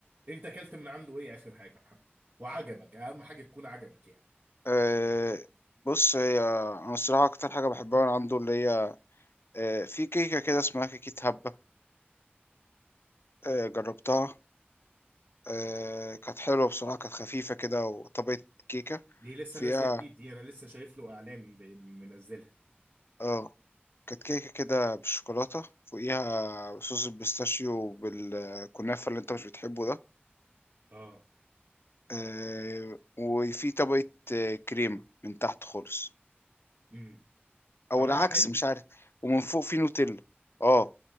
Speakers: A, on the right; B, on the left.
A: انت اكلت من عنده ايه اخر حاجه يا محمد وعجبك اهم حاجه تكون عجبك يعني
B: أه بص هي انا الصراحة اكتر حاجة بحبها من عنده اللي هي آه، في كيكة كده اسمها كيكة هبة آه، جربتها آه، كانت حلوة بصراحة كانت خفيفة كده وطبقة كيكة
A: دي لسه
B: فيها
A: نازله جديد دي انا لسه شايف له اعلان ب- منزلها
B: اه كانت كيكة كده بالشوكولاتة فوقيها صوص البيستاشيو وبالكنافة اللي انت مش بتحبه ده
A: اه
B: آه، وفي طبقة آه، كريمة من تحت خالص
A: امم
B: او
A: طعمها
B: العكس
A: حلو
B: مش عارف ومن فوق في نوتيلا اه